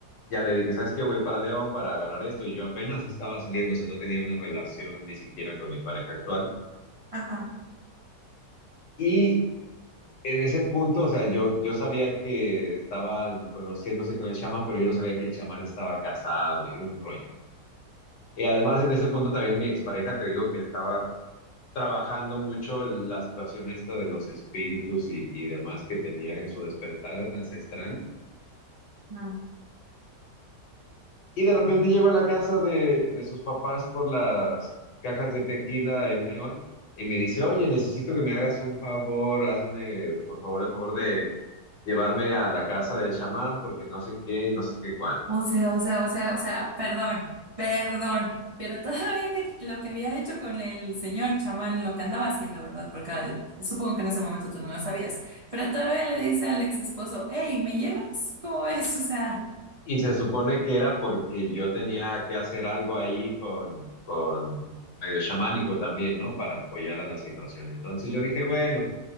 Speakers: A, on the left; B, on the right.
A: ya le dije, ¿sabes qué? Voy para León para agarrar esto y yo apenas estaba saliendo, o sea, no tenía una relación ni siquiera con mi pareja actual.
B: Ajá.
A: Y en ese punto, o sea, yo, yo sabía que estaban conociéndose con el chamán, pero yo no sabía que el chamán estaba casado y un rollo. Y además en ese punto también mi expareja, te digo que estaba trabajando mucho la situación esta de los espíritus y, y demás que tenía en su despertar ancestral.
B: Ah.
A: Y de repente llego a la casa de, de sus papás por las cajas de tequila en León y me dice, oye, necesito que me hagas un favor, hazme por favor el favor de llevarme a la casa del chamán porque no sé qué y no sé qué cuándo.
B: O sea, o sea, o sea, o sea, perdón, perdón, pero <laughs> todavía que lo que había hecho con el señor chamán, lo que andaba haciendo, ¿verdad? Porque eh, supongo que en ese momento tú no lo sabías, pero todavía le dice al ex esposo, hey, ¿me llevas? ¿Cómo ves? <laughs> O sea,
A: Y se supone que era porque yo tenía que hacer algo ahí con, con medio chamánico también, ¿no? Para apoyar a la situación. Entonces yo dije, bueno,